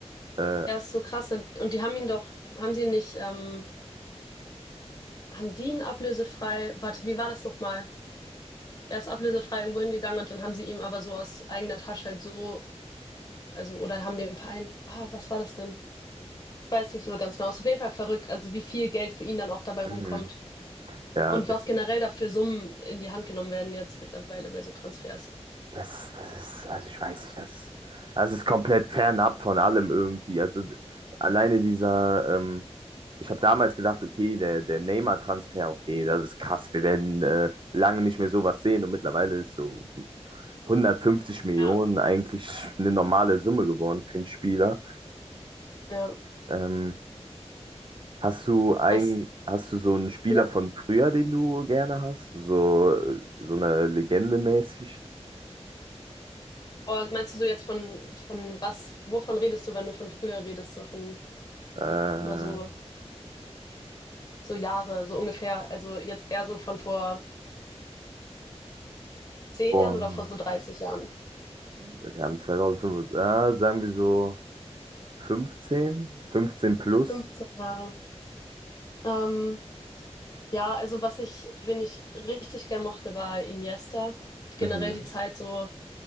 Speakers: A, on the right; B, on the left.
A: Äh,
B: ja, ist so krass. Und, und die haben ihn doch, haben sie ihn nicht, ähm, haben die ihn ablösefrei? Warte, wie war das nochmal? Er ist ablösefrei irgendwo hingegangen und dann haben sie ihm aber so aus eigener Tasche halt so, also, oder haben dem Verein, ah, was war das denn? Ich weiß nicht so ganz genau. Ist auf jeden Fall verrückt, also wie viel Geld für ihn dann auch dabei
A: mhm.
B: rumkommt
A: Ja,
B: und
A: d-
B: was generell da für Summen in die Hand genommen werden jetzt mittlerweile bei so Transfers.
A: das, das ist, also ich weiß nicht, das ist, das ist komplett fernab von allem irgendwie. Also d- alleine dieser, ähm, ich habe damals gedacht, okay, der, der Neymar-Transfer, okay, das ist krass, wir werden äh, lange nicht mehr sowas sehen und mittlerweile ist so, 150 Millionen
B: Ja.
A: eigentlich eine normale Summe geworden für einen Spieler.
B: Ja,
A: Ähm, hast du ein,
B: was,
A: hast du so einen Spieler
B: ja?
A: von früher, den du gerne hast? So, so eine Legende mäßig?
B: Oder meinst du so jetzt von, von was, wovon redest du, wenn du von früher redest, so von
A: Äh,
B: immer so, so Jahre, so ungefähr, also jetzt eher so von vor zehn
A: boah,
B: Jahren oder vor so dreißig Jahren?
A: wir haben 2005, ah, sagen wir so 15, 15 plus.
B: fünfzehn Jahre. Ähm, Ja, also was ich, wen ich richtig gern mochte, war Iniesta. Generell
A: Mhm,
B: die Zeit so,